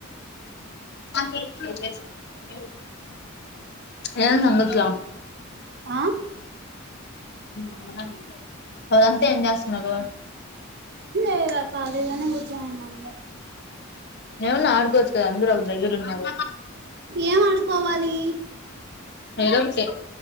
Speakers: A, on the left (about 55°); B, on the right (about 55°).
A: భయపడి <unintelligible> ఏమైంది అంగట్ల
B: ఆ
A: అవును మీరు అంతా ఏం చేస్తున్నారు
B: ఇడ ఖాళీ గానే కూర్చొని ఉన్నాం
A: ఎవన్న ఆడ్కో వచ్చకదా అందరూ ఒక దగ్గరన్న ఉన్నారు
B: ఏం ఆడుకోవాలి
A: ఏదో ఒకటి